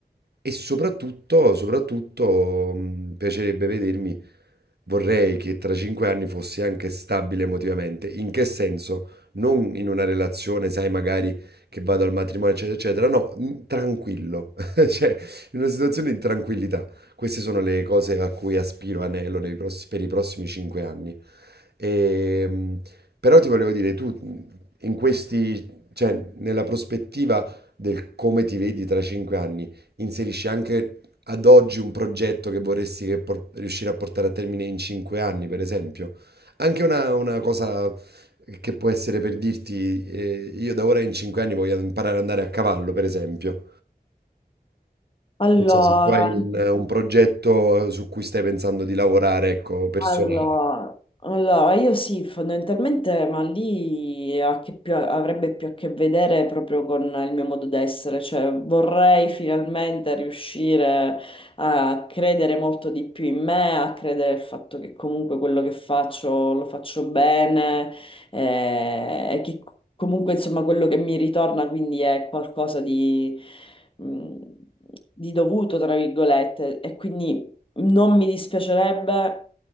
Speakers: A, on the right; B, on the left.
A: e soprattutto, soprattutto mh, piacerebbe vedermi, vorrei che tra cinque anni fossi anche stabile emotivamente. In che senso? Non in una relazione, sai, magari che vado al matrimonio, eccetera, eccetera. No, mh, tranquillo, <laughs> cioè in una situazione di tranquillità. Queste sono le cose a cui aspiro, anello nei pross- per i prossimi cinque anni. E, mh, però ti volevo dire, tu mh, in questi, cioè nella prospettiva del come ti vedi tra cinque anni, inserisci anche ad oggi un progetto che vorresti che por- riuscire a portare a termine in cinque anni, per esempio. Anche una, una cosa che può essere per dirti, eh, io da ora in cinque anni voglio imparare ad andare a cavallo, per esempio.
B: Allora,
A: Non so se tu hai
B: mm,
A: un, un progetto su cui stai pensando di lavorare, ecco, personale.
B: Allora, allora, io sì, fondamentalmente, ma lì ha che più- avrebbe più a che vedere proprio con il mio modo d'essere, cioè vorrei finalmente riuscire a credere molto di più in me, a credere al fatto che comunque quello che faccio lo faccio bene eh, e che comunque insomma quello che mi ritorna quindi è qualcosa di, mh, di dovuto, tra virgolette, e quindi non mi dispiacerebbe